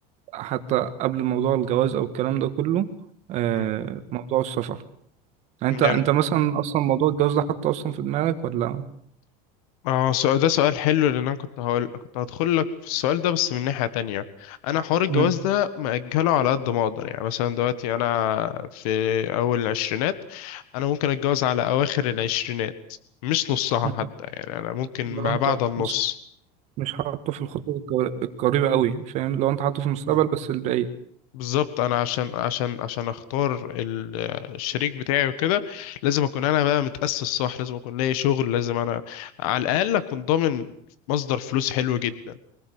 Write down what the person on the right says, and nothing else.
حتى قبل موضوع الجواز او الكلام ده كله آه،
موضوع السفر يعني
انت
انت مثلا اصلا موضوع الجواز ده حاطه اصلا في دماغك ولا
مم.
مم.
لو
انت
مش مش حاطه في الخطوة الق- القريبة قوي فاهم لو انت حاطه في المستقبل
بس البعيد